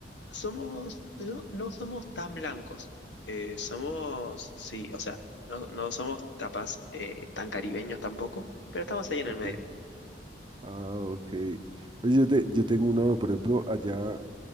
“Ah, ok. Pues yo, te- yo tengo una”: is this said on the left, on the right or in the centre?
Right